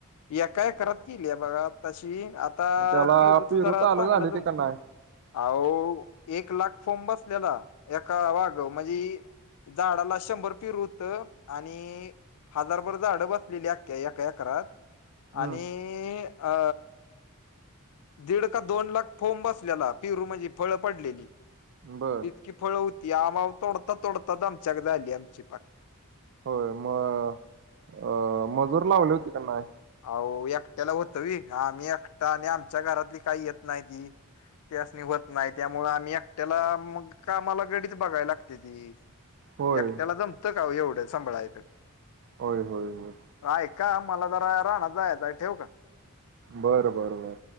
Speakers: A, on the left; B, on the right.
A: एका एकरात त केली बघा तशी आ. आता
B: त्याला
A: पिरूच
B: पेरू
A: जरा
B: चालू
A: चांगलं
B: झाले ते
A: तर.
B: का नाय
A: अा एक लाख फोम बसलेला एका वाग म्हणजे. झाडाला शंभर पिरू होत आणि हजारभर जाड बसलेली अख्या एकरात
B: हम्म
A: आणि अ दीड का दोन लाख फोंब बसलेला पिरू म्हणजे फळं पडलेली.
B: बरं.
A: की फळ होती आमाव तोडत तोडत आमच्याक आली आमची पाक.
B: होय मग. अ मजूर लावली होती त्यांना
A: अह एकट्याला होतं विी आम्ही एकटा आणि आमच्या घरातली काही येत नाही ती ते असणी होत नाही त्यामुळे आम्ही एकट्याला मग कामाला गडीच बघायला लागते ती
B: होय
A: एकट्याला जमतं का एवढं सांभळाऐप
B: होय होय होय
A: ऐ का मला जरा राहणारचा आहेच ठेव का
B: बरं बरं बर